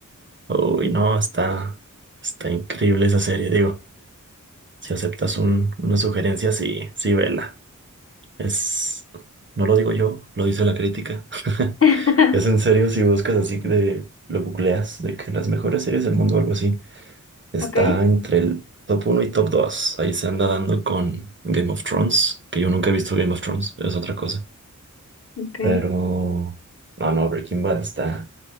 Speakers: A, on the right; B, on the left.
A: Uy, no, está, está increíble esa serie. Digo, si aceptas un- una sugerencia, sí, sí, vela. Es, no lo digo yo, lo dice la crítica. <laughs>
B: <laughs>
A: Es en serio si buscas así de, lo googleas, de que las mejores series del mundo o algo así. Está
B: Ok,
A: entre el top uno y top 2. Ahí se anda dando con Game of Thrones, que yo nunca he visto Game of Thrones, es otra cosa.
B: ok.
A: Pero, no, no, Breaking Bad está